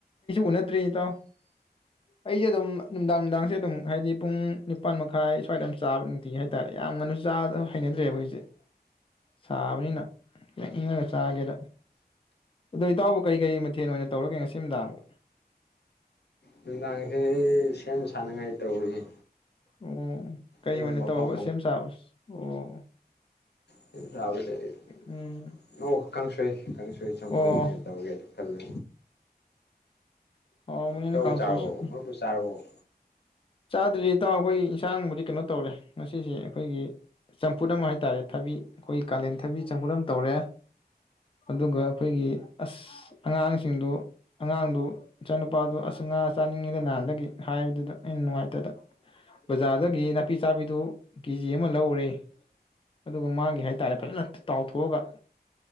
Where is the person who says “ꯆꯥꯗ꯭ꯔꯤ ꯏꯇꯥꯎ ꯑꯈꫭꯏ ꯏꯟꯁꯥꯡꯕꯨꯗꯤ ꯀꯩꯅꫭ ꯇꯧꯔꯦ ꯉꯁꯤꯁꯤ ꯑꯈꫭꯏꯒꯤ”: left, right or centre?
Left